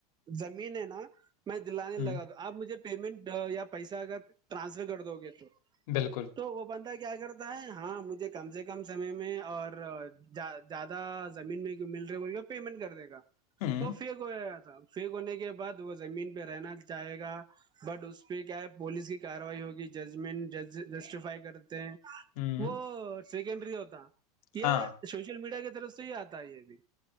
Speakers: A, on the right; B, on the left.
A: زمین ہے نا میں دلانے
B: ہوں،
A: لگا آپ مجھے پیمنٹ یا پیسہ اگر ٹانسفر کر دو گے تو
B: بالکل
A: تو وہ بندہ کیا کرتا ہے ہاں مجھے کم سے کم سمے میں اور زیادہ زمین میں مل رہے بول پیمنٹ کر دے گا
B: ہوں،
A: وہ فیک ہو فیک ہونے کے بعد وہ زمین پہ رہنا چاہے گا بٹ اس پہ کیا ہے پوولس کی کاروائی ہوگی ججمنٹ جس سفائی کرتے ہیں
B: ہوں،
A: وہ <unintelligible> سیکنڈری ہوتا یہ
B: ہاں،
A: سوشل میڈیا کے رف سے ہی آتا ہے یہ بھی